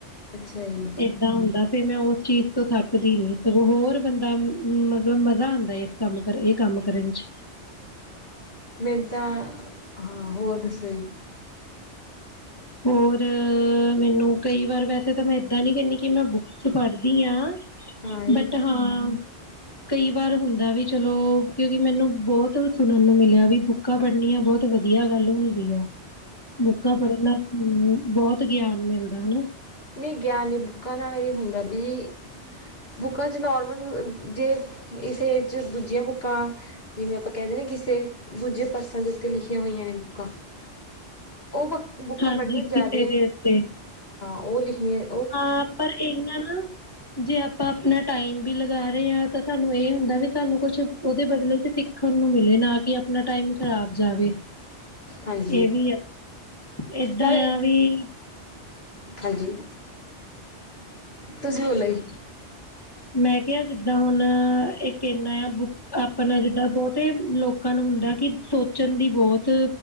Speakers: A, on the left; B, on the left.
A: ਅੱਛਾ ਜੀ,
B: ਏਦਾਂ ਹੁੰਦਾ ਫੇਰ ਮੈਂ ਓ ਚੀਜ਼ ਤੋਂ ਥੱਕਦੀ ਨੀ ਸਗੋਂ ਹੋਰ ਬੰਦਾ ਮਤਲਬ ਮਜ਼ਾ ਆਂਦਾ ਏ ਏਸ ਕੰਮ ਕਰਨ ਏ ਕੰਮ ਕਰਨ ਚ।
A: ਮੇਦਾ ਤਾਂ ਹਾਂ ਹੋਰ ਦੱਸੋ ਇ।
B: ਹੋਰ ਮੈਨੂੰ ਕਈ ਵਾਰ ਵੈਸੇ ਤਾਂ ਮੈਂ ਏਦਾਂ ਨੀ ਕੈਨੀ ਕਿ ਮੈਂ ਬੁੱਕਸ ਪੜ੍ਹਦੀ ਆ
A: ਹਾਂ ਜੀ,
B: ਬਟ ਹਾਂ ਕਈ ਵਾਰ ਹੁੰਦਾ ਵੀ ਚਲੋ ਕਿਉਂਕਿ ਮੈਨੂੰ ਬੋਹਤ ਸੁਣਨ ਨੂੰ ਮਿਲਿਆ ਵੀ ਬੁੱਕ ਕਾਂ ਪੜ੍ਹਨੀਆਂ ਬੋਤ ਵਧੀਆ ਗੱਲ ਹੁੰਦੀ ਆ। ਬੁੱਕਾਂ ਪੜ੍ਹਨ ਨਾਲ ਬੋਹਤ ਗਿਆਨ ਮਿਲਦਾ ਨਾ
A: ਨਈ ਗਿਆਨ ਨੀ ਬੁੱਕਾਂ ਨਾਲ ਏ ਹੁੰਦਾ ਬੀ ਬੁੱਕਾਂ ਚ ਨੋਾਰਮਲ ਜੇ ਇਸ ਏਜ ਚ ਦੂਜੀਆਂ ਬੁੱਕਾ ਜਿਵੇਂ ਆਪਾਂ ਕੈਂਦੇ ਨੇ ਕਿਸੇ ਦੂਜੇ ਪਰਸਨ ਦੇ ਉੱਤੇ ਲਿਖੀਆਂ ਹੋਈਆਂ ਨੇ ਬੁੱਕਾਂ ਓ ਬ ਬੁੱਕਾਂ
B: ਹਾਂਜੀ
A: ਪੜ੍ਹਨੀਆਂ ਜਯਾਦੇ
B: ਕਿਸੇ ਦੇ ਉੱਤੇ
A: ਓ ਲਿਖਣੀ ਐ
B: ਹਾਂ ਪਰ ਏਨਾ ਨਾ ਜੇ ਆਪਾਂ ਅਪਣਾ ਟਾਈਮ ਵੀ ਲਗਾ ਰੇ ਆਂ ਤਾਂ ਸਾਨੂੰ ਏ ਹੁੰਦਾ ਵੀ ਸਾਨੂੰ ਕੁਛ ਓਦੇ ਬਦਲੇ ਚ ਸਿ- ਖਣ ਨੂੰ ਮਿਲੇ ਨਾ ਕਿ ਅਪਣਾ ਟਾਈਮ ਖ਼ਰਾਬ ਜਾਵੇ।
A: ਹਾਂਜੀ
B: ਏ ਵੀ ਐ ਏਦਾਂ
A: ਨਾਲੇ
B: ਯਾ ਵੀ
A: ਹਾਂਜੀ ਤੁਸੀਂ ਬੋਲੋ ਈ
B: ਮੈਂ ਕੇਆ ਜਿੱਦਾਂ ਹੁਣ ਇੱਕ ਏਨਾ ਆ ਬੁੱਕ ਆਪਣਾ ਜਿੱਦਾਂ ਬੋਹਤੇ ਲੋਕਾਂ ਨੂੰ ਹੁੰਦਾ ਕਿ ਸੋਚਣ ਦੀ ਬੋਤ